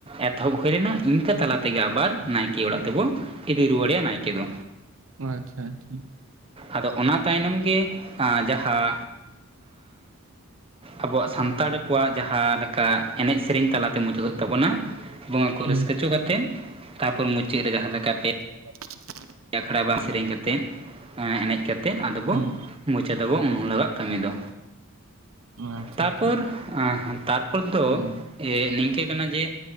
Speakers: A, on the right (about 25°); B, on the right (about 70°).
A: ᱮᱛᱚᱦᱚᱵ ᱦᱩᱭ ᱞᱮᱱᱟ ᱤᱱᱠᱟᱹ ᱛᱟᱞᱟ ᱛᱮᱜᱮ ᱟᱵᱟᱨ ᱱᱟᱭᱠᱮ ᱚᱲᱟᱜ ᱛᱮᱵᱚ ᱤᱫᱤ ᱨᱩᱣᱟᱹᱲᱮᱭᱟ ᱱᱟᱭᱠᱮ ᱫᱚ᱾
B: ᱟᱪᱪᱷᱟ ᱟᱪᱪᱷᱟ᱾
A: ᱟᱫᱚ ᱚᱱᱟ ᱛᱟᱭᱱᱚᱢ ᱜᱮ ᱟᱸᱻ ᱡᱟᱦᱟᱸ ᱟᱵᱚᱣᱟᱜ ᱥᱟᱱᱛᱟᱲ ᱠᱚᱣᱟᱜ ᱡᱟᱦᱟᱸ ᱞᱮᱠᱟ ᱮᱱᱮᱡ ᱥᱮᱨᱮᱧ ᱛᱟᱞᱟᱛᱮ ᱢᱩᱪᱟᱹᱫᱚᱜ ᱛᱟᱵᱚᱱᱟ ᱵᱚᱸᱜᱟ ᱠᱚ
B: ᱦᱩᱸ
A: ᱨᱟᱹᱥᱠᱟᱹ ᱪᱚ ᱠᱟᱛᱮᱫ ᱛᱟᱯᱚᱨ ᱢᱩᱪᱟᱹᱫ ᱨᱮ ᱡᱟᱦᱟᱸ ᱞᱮᱠᱟ ᱯᱮ
B: <inaudible>
A: ᱟᱠᱷᱲᱟ ᱵᱟᱝ ᱥᱮᱨᱮᱧ ᱠᱟᱛᱮᱫ ᱮᱱᱮᱡ ᱠᱟᱛᱮᱫ ᱟᱫᱚ ᱵᱚ
B: ᱦᱩᱸ
A: ᱢᱚᱪᱟᱫᱟ ᱵᱚ ᱩᱱ ᱦᱤᱞᱚᱜᱟᱜ ᱠᱟᱹᱢᱤ ᱫᱚ᱾
B: ᱟᱪᱪᱷᱟ
A: ᱛᱟᱨᱯᱚᱨ
B: ᱟᱪᱪᱷᱟ
A: ᱟᱸ ᱛᱟᱨᱯᱚᱨ ᱫᱚ
B: ᱦᱩᱸ
A: ᱮᱜ, ᱱᱤᱝᱠᱟᱹ ᱠᱟᱱᱟ ᱡᱮ